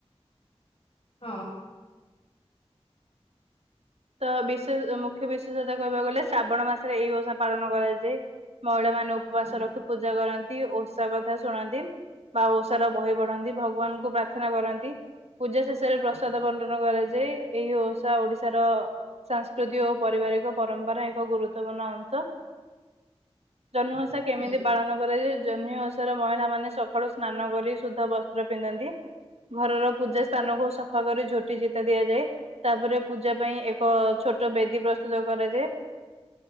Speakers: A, on the left; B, on the right.
A: ହଁ।
B: ତ ବିଶେଷ ମୁଖ୍ୟ ବିଶେଷତଃ କହିବାକୁ ଗଲେ ଶ୍ରାବଣ ମାସରେ ଏଇ ଓଷା ପାଳନ କରାଯାଏ ମହିଳାମାନେ ଉପବାସ
A: ହୁଁ
B: ରଖି ପୂଜା କରନ୍ତି ଓଷା କଥା ଶୁଣନ୍ତି। ବା ଓଷାର ବହି ପଢନ୍ତି ଭଗବାନଙ୍କୁ ପ୍ରାର୍ଥନା କରନ୍ତି। ପୂଜା ଶେଷରେ ପ୍ରସାଦ ବଣ୍ଟନ କରାଯାଏ ଏହି ଓଷା ଓଡ଼ିଶାର ସାଂସ୍କୃତି ଓ ପାରିବାରିକ ପରମ୍ପରାର ଏକ ଗୁରୁତ୍ୱପୂର୍ଣ୍ଣ ଅଂଶ ଜହ୍ନି ଓଷା କେମିତି
A: ହୁଁ।
B: ପାଳନ କରାଯଏ ଜହ୍ନି ଓ ଓଷାର ମହିଳା ମାନେ ସକାଳୁ ସ୍ନାନ କରି ଶୁଦ୍ଧ ବସ୍ତ୍ର ପିନ୍ଧନ୍ତି। ଘରର ପୂଜାସ୍ଥାନକୁ ସଫା କରି ଝୋଟିଚିତା ଦିଆଯାଏ ତାପରେ ପୂଜା ପାଇଁ ଏ କ ଛୋଟ ବେଦୀ ପ୍ରସ୍ତୁତ କରାଯାଏ